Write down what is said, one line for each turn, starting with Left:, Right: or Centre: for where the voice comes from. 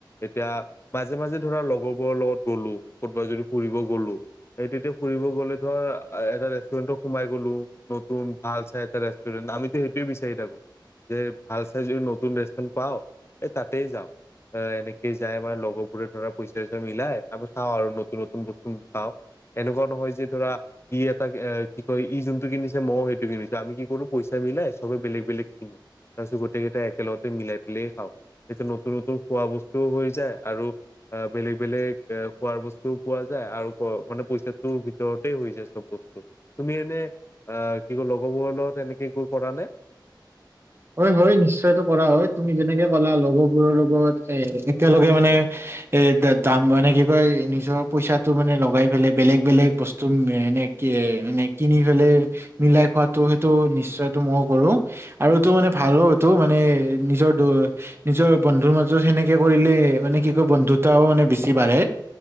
Left: এতিয়া, মাজে মাজে ধৰা লগৰবোৰৰ লগত গ'লো, ক'তবা যদি ফুৰিব গ'লো সেই তেতিয়া ফুৰিব গ'লে <unintelligible> আহ এটা ৰেষ্টুৰেণ্টত সোমাই গ'লো, নতুন ভাল চাই এটা ৰেষ্টুৰেণ্ট আমিতো সেইটোৱে বিচাৰি থাকো যে ভাল চাই যই নতুন ৰেষ্টুৰেণ্ট পাওঁ, এই তাতেই যাওঁ। <unintelligible> এনেকেই যাই আমাৰ লগৰবোৰে ধৰা পইচা ইচা মিলাই, আমি খাওঁ আৰু নতুন নতুন বস্তু পাওঁ। এনেকুৱা নহয় যে ধৰা ই এটা এ কি কয় ই যোনটো কিনিছে ময়ো সেইটো কিনিছো আমি কি কৰোঁ পইচা মিলাই চবে বেলেগ বেলেগ কিনো। তাপিছত গোটেইকেইটাই একেলগতে মিলাই পেলাই খাওঁ, তেতিয়া নতুন নতুন খোৱা বস্তুও হৈ যায় আৰু আ বেলেগ বেলেগ এ খোৱাৰ বস্তুও পোৱা যায় আৰু প মানে পইচাটোও ভিতৰতে হৈ যায় <unintelligible> তুমি এনে অ, <unintelligible> লগৰবোৰৰ লগত এনেকে গৈ কৰা নে?
Right: হয়, হয়, নিশ্চয়তো কৰা হয়। তুমি যেনেকে ক'লা, লগৰবোৰৰ লগত এতিয়ালগে মানে এ, দাম মানে কি কয়, নিজৰ পইচাটো মানে লগাই পেলাই, বেলেগ-বেলেগ বস্তু এনে এ, মানে কিনি পেলাই মিলাই খোৱাটো, সেইটো নিশ্চয়তটো মই কৰো, আৰু টো মানে ভালো এইটো, মানে নিজৰ নিজৰ বন্ধুৰ মাজত সেনেকে কৰিলে, মানে কি কয়, বন্ধুতাও মানে বেছি বাঢ়ে।